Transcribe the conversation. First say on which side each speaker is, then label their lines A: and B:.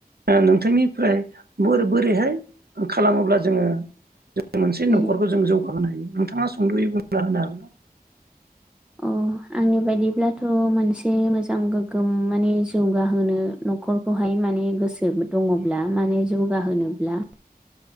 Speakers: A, on the right; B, in the centre.
A: नोंथांनिफ्राय बोर-बोरैहाय खालामोब्ला जोङो जों मोनसे
B: उम
A: न'खरखौ जों जौगाहोनो हायो नोंथाङा सुंद'यै बुं ना होनो हागोनना
B: अह आंनि बायदिब्लाथ' मोनसे मोजां गोग्गोम माने जौगाहोनो न'खरखौहाय माने गोसो दङब्ला माने जौगाहोनोब्ला